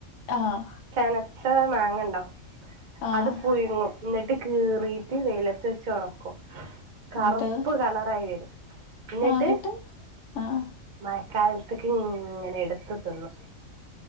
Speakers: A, on the left; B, on the right.
A: ആഹ്
B: ചെനച്ച മാങ്ങണ്ടാവും
A: ആഹ്
B: അത് പുയ്ങ്ങും, ന്നട്ട് കീറീട്ട് വെയ്ലത്ത് വെച്ചൊണക്കും കറ്പ്പ്
A: ഇങ്ങട്ട്
B: കളറായി വരും ഇന്നിട്ട്
A: ആഹ് ഇങ്ങട്ട് ആഹ്
B: മയക്കാൽത്ത്ക്ക്ങ്ങനെ എട്ത്ത് തിന്നും